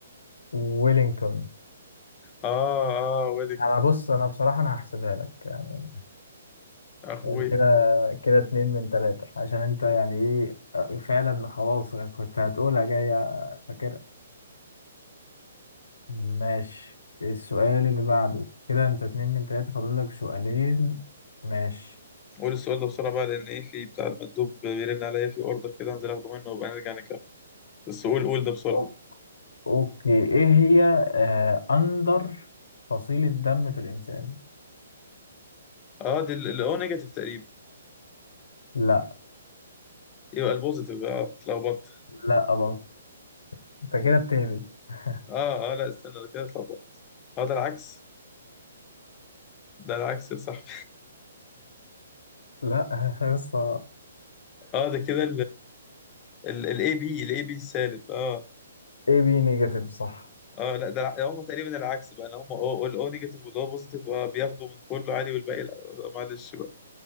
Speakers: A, on the left; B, on the left.
A: ويلينجتون
B: آه آه ويلك
A: انا بص انا بصراحه انا هحسبها لك يعني
B: أخويا
A: يعني كده كده اتنين من تلاته عشان انت يعني ايه فعلا خلاص كنت هتقولها جايه فاكر ماشي السؤال اللي بعده كده انت اتنين من تلاته فاضل لك سؤالين ماشي
B: قول السؤال ده بسرعة بقى لأن إيه في بتاع المندوب بيرن عليا في أوردر كده هنزل آخده منه وبقى نرجع نكمل بس قول قول ده بسرعة
A: أو- اوكي ايه هي آه اندر فصيله دم في الانسان
B: آه دي الأو نيجاتيف تقريبا
A: لا
B: يبقى البوزيتيف آه اتلخبطت
A: لا برضه انت كده بتهبد <laughs>
B: آه آه لا استنى ده كده اتلخبطت آه ده العكس ده العكس صح
A: لا لسه
B: اه ده كده الاي بي الاي بي السالب اه
A: اي بي نيجاتيف صح
B: اه لا ده هم تقريبا العكس بقى هم الاو نيجاتيف واللي هو بوزيتيف آه بياخدوا من كله عادي والباقي لا آه، معلش بقى